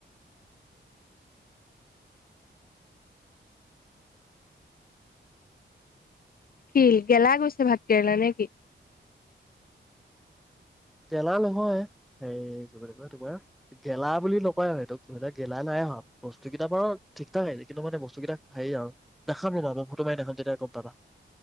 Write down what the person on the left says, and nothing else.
শিল গেলা <unintelligible> গৈছে ভাত কেৰেলা নে কি